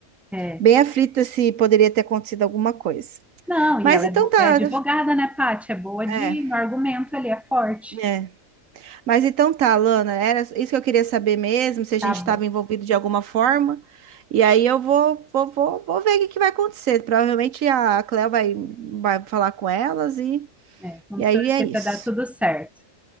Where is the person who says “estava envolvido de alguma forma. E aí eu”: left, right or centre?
Right